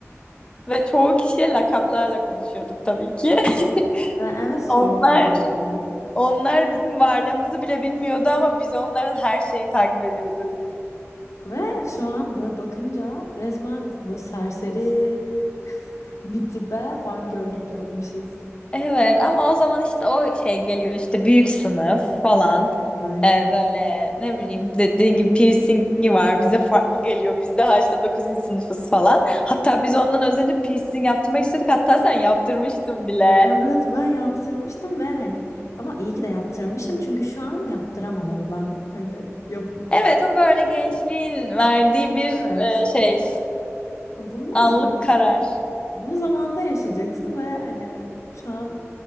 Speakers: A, on the left (about 20°); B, on the left (about 85°).
A: Ve çoğu kişiye lakaplarla konuşuyorduk tabii ki.
B: Ve evet
A: <laughs>
B: sorma
A: Onlar
B: yani.
A: onlar bizim varlığımızı bile bilmiyordu ama biz onların her şeyini takip ediyorduk.
B: Ve şu an böyle bakınca resmen böyle serseri <laughs> bir tipe fangirllik yapmışız.
A: Evet ama o zaman işte o şey geliyor işte büyük sınıf falan.
B: Aynen.
A: Ee, böyle ne bileyim dediğin gibi piercingi var bize farklı geliyor biz daha işte 9. sınıfız falan. Hatta biz ondan özenip piercing yaptırmak istedik hatta sen yaptırmıştın bile.
B: Evet ben yaptırmıştım ve hani ama iyi ki de yaptırmışım çünkü şu an yaptıramam onu ben. Hani yap
A: Evet o böyle gençliğin verdiği bir
B: Evet.
A: e, şey
B: Bunu
A: anlık
B: zaman
A: karar.
B: bunu zamanda yaşayacaksın ve hani şu an